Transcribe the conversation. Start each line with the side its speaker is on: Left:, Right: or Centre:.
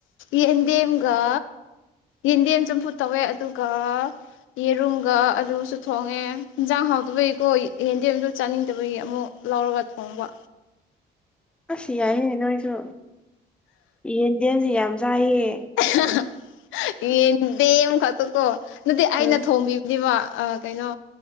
Left: ꯌꯦꯟꯗꯦꯝꯒ ꯌꯦꯟꯗꯦꯝ ꯆꯨꯝꯐꯨꯠ ꯇꯧꯋꯦ ꯑꯗꯨꯒ ꯌꯦꯔꯨꯝꯒ ꯑꯂꯨꯁꯨ ꯊꯣꯡꯉꯦ ꯍꯤꯟꯖꯥꯡ ꯍꯥꯎꯗꯕꯩꯀꯣ ꯌꯦꯟꯗꯦꯝꯗꯣ ꯆꯥꯅꯤꯡꯗꯕꯩ ꯑꯃꯨꯛ ꯂꯧꯔꯒ ꯊꯣꯡꯕ
Centre: ꯑꯁ ꯌꯥꯏꯌꯦ ꯅꯣꯏꯁꯨ ꯌꯦꯟꯗꯦꯝꯁꯦ ꯌꯥꯝ ꯆꯥꯏꯌꯦ
Left: <unintelligible> ꯌꯦꯟꯗꯦꯝ ꯈꯛꯇꯀꯣ ꯅꯠꯇꯦ ꯑꯩꯅ
Centre: ꯎꯝ
Left: ꯊꯣꯝꯕꯤꯕꯅꯦꯕ ꯑ ꯀꯩꯅꯣ